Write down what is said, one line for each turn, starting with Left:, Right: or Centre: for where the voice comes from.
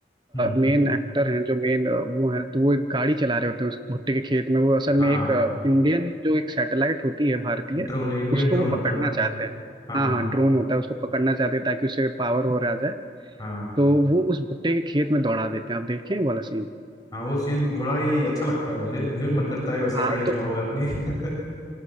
Left: हम्म हम्म,
Right: मेन एक्टर हैं जो मेन वो हैं तो वो एक गाड़ी चला रहे होते हैं उस भुट्टे के खेत में वो असल
Left: हाँ
Right: में एक इंडियन जो एक सैटेलाइट होती है भारतीय
Left: ड्रोन इंडियन
Right: उसको
Left: ड्रोन
Right: वो
Left: होता
Right: पकड़ना
Left: है
Right: चाहते हैं
Left: हाँ
Right: हाँ
Left: हाँ
Right: हाँ ड्रोन होता है उसको पकड़ना चाहते हैं ताकि उसे पावर हो रहा जाए
Left: हाँ
Right: तो वो उस भुट्टे के खेत में दौड़ा देते हैं आप देखें वो वाला सीन
Left: हाँ वो सीन बड़ा ही अच्छा लगता है मुझे मुझे भी मन करता है वैसे
Right: हाँ
Left: गाड़ी चढ़ाऊं
Right: तो
Left: मैं अपनी <laughs>